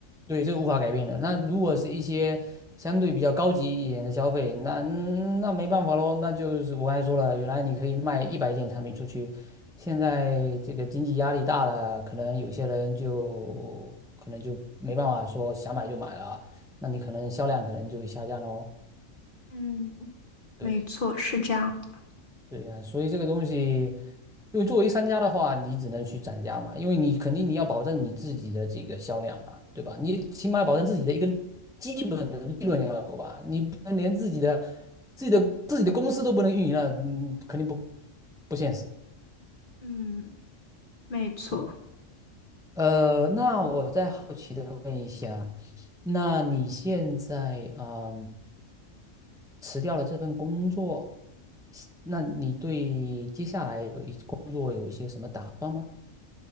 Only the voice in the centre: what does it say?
对这个无法改变的。那如果是一些相对比较高级一点的消费，那那没办法喽，那就是我刚才说了，原来你可以卖一百件产品出去，现在这个经济压力大了，可能有些人就可能就没办法说想买就买了。那你可能销量可能就下降喽。
对
对呀，所以这个东西，因为作为商家的话，你只能去涨价嘛，因为你肯定你要保证你自己的这个销量嘛，对吧？你起码要保证自己的一个基本的利润要有吧，你不能连自己的自己的自己的公司都不能运营了，嗯，肯定不不现实。
对，呃，那我再好奇的问一下，那你现在嗯辞掉了这份工作，那你对接下来有一工作有一些什么打算吗？